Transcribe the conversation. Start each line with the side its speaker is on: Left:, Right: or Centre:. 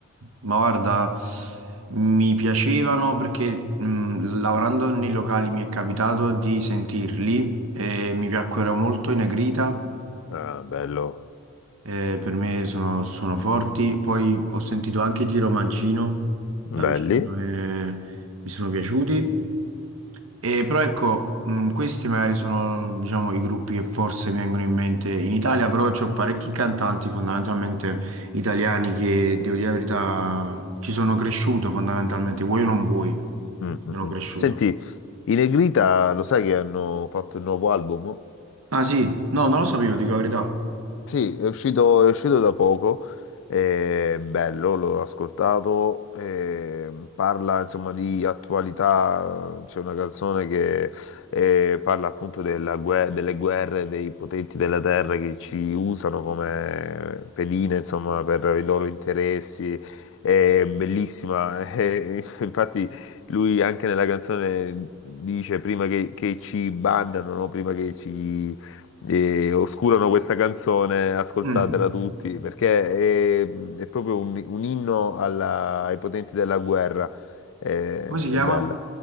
Right: ma guarda, mi piacevano perché mm, lavorando nei locali mi è capitato di sentirli e mi piacquero molto i Negrita
Left: Ah, bello,
Right: eh, per me sono, sono forti. Poi ho sentito anche Giro Mancino da
Left: belli.
Right: vicino e mi sono piaciuti. E però ecco, mh, questi magari sono, diciamo, i gruppi che forse mi vengono in mente in Italia, però c'ho parecchi cantanti fondamentalmente italiani che, devo dire la verità, ci sono cresciuto fondamentalmente, vuoi o non vuoi,
Left: Mm,
Right: ci
Left: mm,
Right: sono cresciuto.
Left: mm. Senti, i Negrita lo sai che hanno fatto il nuovo album?
Right: Ah sì, no, non lo sapevo, dico la verità.
Left: Sì, è uscito, è uscito da poco, è bello, l'ho ascoltato, eh, parla insomma di attualità, c'è una canzone che eh, parla appunto della gue- delle guerre, dei potenti della terra che ci usano come pedine insomma per i loro interessi, è bellissima, <laughs> eh, infatti lui anche nella canzone dice prima che, che ci bandano, no? Prima che ci e oscurano questa canzone, ascoltatela
Right: Mm.
Left: tutti, perché è, è proprio un, un inno alla- ai potenti della guerra, è,
Right: Come si chiama?
Left: è bella.